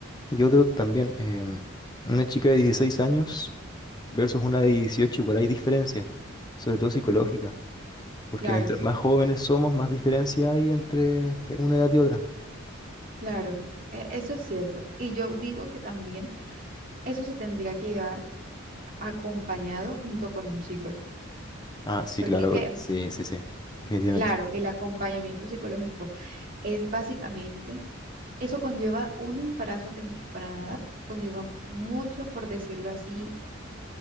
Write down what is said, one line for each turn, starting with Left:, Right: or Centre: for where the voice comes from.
Left: y otro también, em, una chica de 16 años versus una de 18 igual hay diferencia, sobre todo psicológica.
Right: ujú,
Left: Porque
Right: Claro,
Left: mientras más jóvenes somos, más diferencia hay entre eh, una edad y otra.
Right: claro. E- Eso es cierto. Y yo digo que también eso se tendría que llevar acompañado junto con un psicólogo.
Left: Ah, sí,
Right: Porque
Left: claro,
Right: es que
Left: sí, sí, sí, definitivamente.
Right: Claro, el acompañamiento psicológico es básicamente, eso conlleva un embarazo a temprana edad, conlleva muchos, por decirlo así,